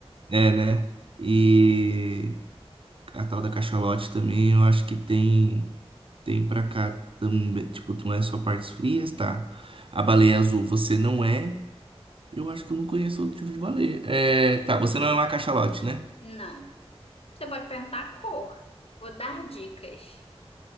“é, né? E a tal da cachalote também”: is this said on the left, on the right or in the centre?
Right